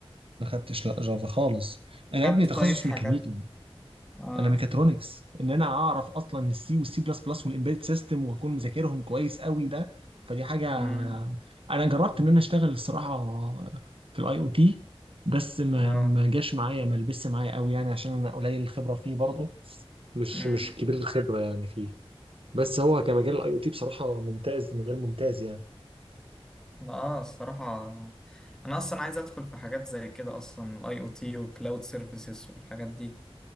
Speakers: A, on the right; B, in the centre.
A: ما خدتش لا جافا خالص انا
B: خدت
A: ابني تخصص
B: طيب حاجات
A: ميكانيكي
B: اه
A: انا ميكاترونكس ان انا اعرف اصلا السي والسي بلس بلس والامبيدد سيستم واكون مذاكرهم كويس قوي ده فدي حاجه
B: امم
A: انا جربت ان انا اشتغل الصراحه في الاي او تي بس ما
B: اه
A: ما جاش معايا ما لبس معايا قوي يعني عشان انا قليل الخبره فيه برضه مش
B: امم
A: مش كبير الخبرة يعني فيه بس هو كمجال الاي او تي بصراحة ممتاز مجال ممتاز يعني
B: اه الصراحة انا اصلا عايز ادخل في حاجات زي كده اصلا الاي او تي وكلاود سيرفيسز والحاجات دي